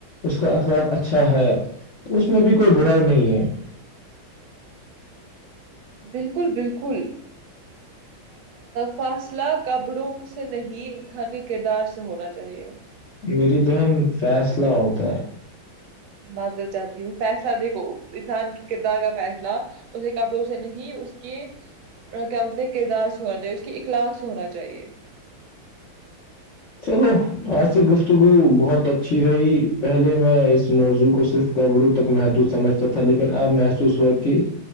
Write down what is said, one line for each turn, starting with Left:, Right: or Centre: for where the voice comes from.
Left: اس کا اخلاق اچھا ہے تو اس میں بھی کوئی برائی نہیں ہے
Right: بالکل بالکل فاصلہ کبرونگ سے نہیں انسانی کردار سے ہونا چاہیے
Left: میری بہن فیصلہ ہوتا ہے
Right: مزارتھ چھاتی ہوں فیصلہ دیکھو انسان کے کردار کا فیصلہ اسے کپڑوں سے نہیں اس کے کیا بولتے ہیں کردار ہونا چاہیے اس کی اخلاق سے ہونا چاہیے
Left: چلو آج سے گفتگو بہت اچھی رہی پہلے میں اس موضوع کو صرف کپڑوں تک محدود سمجھتا تھا لیکن اب محسوس ہوا کہ